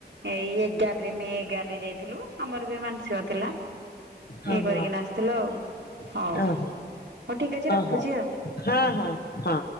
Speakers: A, on the right; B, on the left.
A: ଏଇ ଏଗାରରେ ମେ ଏଗାରରେ ଯାଇଥିଲୁ ଆମର ବି ମାନସିକ ଥିଲା।
B: ହଁ
A: ଇଏ କରିକି
B: ହଁ
A: ନା ଆସିଥିଲୁ ଆଉ ହଉ।
B: ହଁ
A: ହଉ ଠିକ ଅଛି
B: ହଁ
A: ରଖୁଛି ଆଉ।
B: ହଁ ହଁ ହଁ।